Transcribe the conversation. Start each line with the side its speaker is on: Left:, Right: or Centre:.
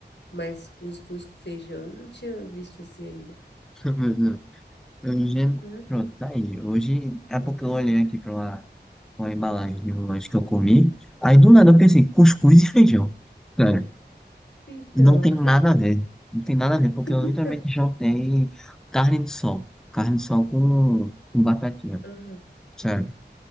Left: Mas cuscuz com feijão eu não tinha visto assim ainda.
Centre: Mas não. Eu já-
Left: Uhum.
Centre: Pronto, tá aí. Hoje é porque eu olhei aqui pra uma, uma embalagem de um lanche que eu comi. Aí do nada eu
Left: Ah,
Centre: pensei, cuscuz e feijão. Sério.
Left: Então,
Centre: E não tem nada a ver. Não tem nada a ver, porque
Left: <laughs>
Centre: eu
Left: então.
Centre: literalmente jantei carne de sol. Carne de sol com, com batatinha.
Left: Aham.
Centre: Sério.